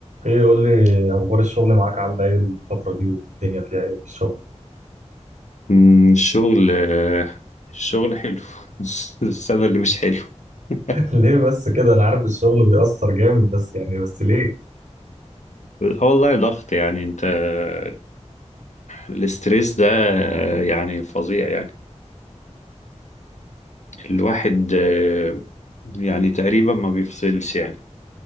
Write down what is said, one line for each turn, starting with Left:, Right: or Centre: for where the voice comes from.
Right: ايه قول لي اخبار الشغل معاك عامله ايه الفتره دي والدنيا فيها ايه في الشغل
Left: مم، الشغل آه، الشغل حلو <laughs> السنة اللي مش حلو <laughs>
Right: <laughs> ليه بس كده انا عارف الشغل بيأثر جامد بس يعني بس ليه
Left: آه والله ضغط يعني انت آه، الاسترس ده آه، يعني فظيع يعني الواحد آه، يعني تقريبا ما بيفصلش يعني